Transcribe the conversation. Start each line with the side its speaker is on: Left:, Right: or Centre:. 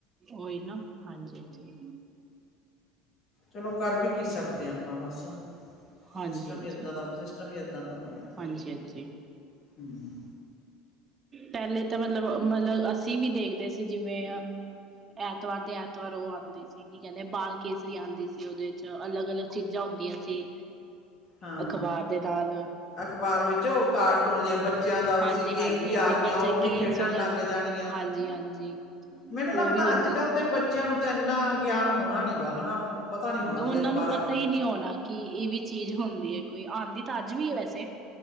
Right: ਉਹੀ ਨਾ ਹਾਂਜੀ ਹਾਂਜੀ
Left: ਚਲੋ ਕਰ ਵੀ ਕੀ ਸਕਦੇ ਹਾਂ ਆਪਾਂ, ਬਸ
Right: ਹਾਂਜੀ
Left: ਸਿਸਟਮ
Right: ਹਾਂਜੀ
Left: ਹੀ ਏਦਾਂ ਦਾ ਸਿਸਟਮ ਹੀ ਦਾ ਆਪਣਿਆ ਫਰਜੀ,
Right: ਹਾਂਜੀ ਹਾਂਜੀ
Left: ਹਮ
Right: ਪਹਿਲੇ ਤਾਂ ਮਤਲਬ, ਮਤਲਬ ਅਸੀਂ ਵੀ ਦੇਖਦੇ ਸੀ ਜਿਵੇਂ ਐਤਵਾਰ ਦੇ ਐਤਵਾਰ ਉਹ ਆਉਂਦੀ ਸੀ ਕੀ ਕਹਿੰਦੇ ਬਾਲ ਕੇਸਰੀ ਆਉਂਦੀ ਸੀ ਉਹਦੇ 'ਚ ਅਲੱਗ ਅਲੱਗ ਚੀਜ਼ਾਂ ਹੁੰਦੀਆਂ ਸੀ,
Left: ਹਾਂ।
Right: ਅਖਬਾਰ ਦੇ ਨਾਲ
Left: ਅਖ਼ਬਾਰ ਵਿੱਚ ਉਹ ਕਾਰਟੂਨ ਜੇ ਬੱਚਿਆਂ ਦਾ ਵੀਸੀ
Right: ਹਾਂਜੀ
Left: ਗੇਮ
Right: ਹਾਂਜੀ
Left: ਵੀ
Right: ਹਾਂਜੀ
Left: ਆ ਗ
Right: ਬੱਚੇ
Left: ਉਹ ਵੀ
Right: ਗੇਮਸ
Left: ਖੇਡਣ
Right: ਵਗੈਰਾ
Left: ਲੱਗ ਜਾਣੀਆਂ।
Right: ਹਾਂਜੀ ਹਾਂਜੀ।
Left: ਮੈਨੂੰ
Right: ਉਹ
Left: ਲੱਗਦਾ
Right: ਵੀ ਹੁੰਦੀ
Left: ਅੱਜ ਕੱਲ੍ਹ
Right: ਸੀ।
Left: ਦੇ ਬੱਚਿਆਂ ਨੂੰ ਤਾਂ ਇੰਨਾ ਗਿਆਨ ਹੋਣਾ ਨੀ ਗਾ, ਹਨਾ ਪਤਾ ਨੀ ਹੋਣਾ
Right: ਉਹਨਾਂ
Left: ਵੀ ਅਖ਼ਬਾਰਾਂ
Right: ਨੂੰ ਪਤਾ
Left: ਅਖਬੂਰ
Right: ਹੀ ਨਹੀਂ ਹੋਣਾ ਕਿ ਇਹ ਵੀ ਚੀਜ਼ ਹੁੰਦੀ ਹੈ ਕੋਈ, ਆਉਂਦੀ ਤਾਂ ਅੱਜ ਵੀ ਹੈ ਵੈਸੇ